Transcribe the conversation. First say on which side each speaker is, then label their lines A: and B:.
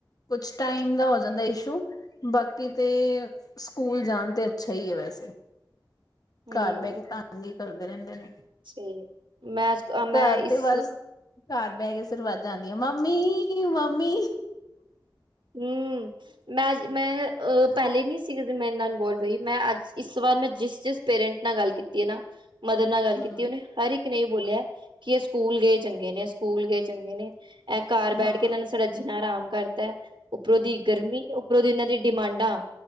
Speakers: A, on the left; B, on the right.
A: ਕੁਛ, ਟਾਈਮ ਦਾ ਹੋ ਜਾਂਦਾ ਇਸ਼ੂ ਬਾਕੀ ਤੇ, ਸਕੂਲ ਜਾਣ ਤੇ, ਅੱਛਾ ਹੀ ਹੈ ਵੈਸੇ
B: ਹੂੰ
A: ਘਰ ਬਹਿ ਕੇ, ਤੰਗ ਹੀ ਕਰਦੇ ਰਹਿੰਦੇ ਨੇ,
B: ਸਹੀ ਮੈਂ ਅੱਜ ਮੈਂ
A: ਘਰ
B: ਇਸ
A: ਤੇ ਬਸ ਘਰ ਬਹਿ ਕੇ, ਸ ਰਵਾਜ਼ਾਂ ਆਉਂਦੀਆਂ, ਮੰਮੀ- ਮੰਮੀ
B: ਹਮ, ਮੈਂ ਅਜ, ਮੈਂ ਹ ਪਹਿਲੇ ਨਈ ਸੀ। ਮੇਰੇ ਨਾਲ ਬੋਲ ਪਈ, ਮੈਂ ਅੱਜ ਇਸ ਵਾਰ, ਮੈਂ ਜਿਸ -ਜਿਸ ਪੇਰੈਂਟਸ ਨਾਲ ਗੱਲ ਕੀਤੀ ਨਾ, ਮਦਰ ਨਾਲ ਗੱਲ
A: ਹੂੰ
B: ਕੀਤੀ ਉਹਨੇ, ਹਰ ਇੱਕ, ਨੇ ਬੋਲਿਆ ਕਿ, ਇਹ ਸਕੂਲ ਗਏ ਚੰਗੇ ਨੇ, ਸਕੂਲ ਗਏ ਚੰਗੇ ਨੇ ਇਹ ਘਰ ਬੈਠ
A: ਹਾਂ
B: ਕੇ, ਇਹਨਾਂ ਨੇ ਸਾਡਾ ਜੀਣਾ ਹਾ- ਰਾਮ ਕਰਤਾ, ਉੱਪਰੋਂ ਦੀ ਗਰਮੀ, ਉੱਪਰੋਂ ਦੀ ਇਹਨਾਂ, ਦੀ ਡਿਮਾਂਡਾਂ